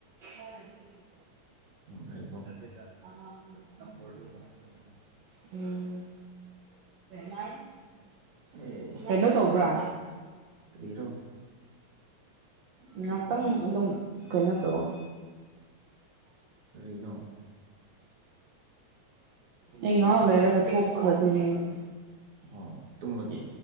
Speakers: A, on the right; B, on the right.
A: <unintelligible>
B: <unintelligible>
A: <unintelligible> ꯎꯝ <unintelligible>
B: ꯑꯦ
A: ꯀꯩꯅꯣ ꯇꯧꯕ꯭ꯔꯥ
B: ꯀꯔꯤꯔꯣ
A: ꯉꯍꯥꯛꯇꯪ ꯑꯗꯨꯝ ꯀꯩꯅꯣ ꯇꯧ
B: ꯀꯔꯤꯅꯣ
A: ꯑꯩ ꯉꯥꯛ ꯂꯩꯔꯒ ꯊꯣꯛꯈꯔꯗꯣꯏꯅꯦꯕ
B: ꯑꯣ ꯇꯨꯝꯃꯒꯤ